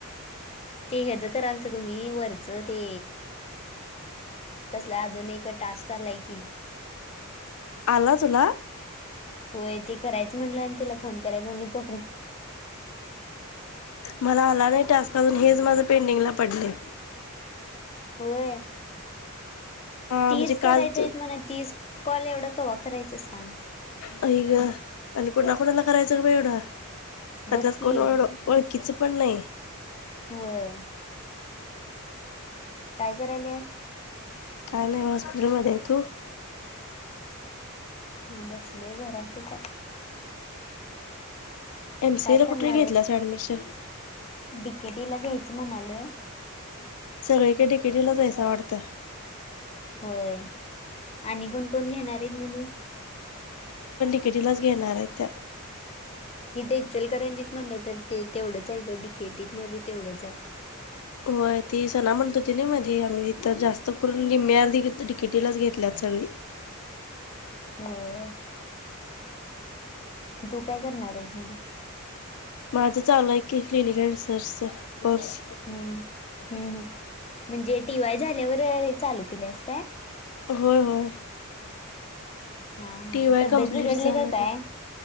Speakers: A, on the left; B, on the left.
A: ते ह जं करालच तु म्ही वरचं ते कसल्या अजून एक टास्क आलाय की
B: आला चुला
A: होय ते करायचं म्हटलं आणि त्याला फोन करायच म्हट तो
B: मला आला नाही टास् पाजून हेच माझ पेंडिंगला पडले
A: होय
B: हा
A: तीस
B: म्हणजे काल
A: करायचंय
B: तू
A: मणा तीस कॉल एवढं कव्हा करायचं सांग
B: अ ग आणि कोणा कोुणाला करायचं ग बा एवढा त्या
A: बक्की
B: त्यात कोण ओळ ओळखीच पण नाही
A: होय कायगर आलेस
B: काय नाही हॉस्पिटल मध्ये आहे तू
A: म बसलय घरातच
B: एमसीए
A: काय
B: ला
A: करणार
B: कुठे घेतलाच
A: आहेस मग
B: ऍडमिशन
A: डिकेटीला घ्यायचं म्हणालय
B: सगळीक तिकेटीला जाैसा वाटत
A: होय आणि कोण कोण घेणार आहेत म्हण
B: ेटीलाच घेणार आहे त्या
A: हीथ इचलकरांजत म्हटलं तर ते तेवढंच आहे ग डकेटीत मध्ये तेवढंच आहे
B: होय ती सणा म्हणत होती ना मधी आम्ही तिथं जास्त करून लिम्म्या अर्धी तिकिटीलाच घेतल्यात चली
A: व्हय. तू काय करणार आहेस मग?
B: माझं चालूय. की क्लिनिक अ रिसर्चचा कोर्स
A: हम्म हम्म हम् म्हणजे टी वाय झाल्यावर हे चालू केलेस काय.
B: होय होय
A: हा हा
B: टी वाय
A: तब्येत
B: कम्प्लीट
A: बिघडले
B: झाला
A: का
B: आणि
A: काय?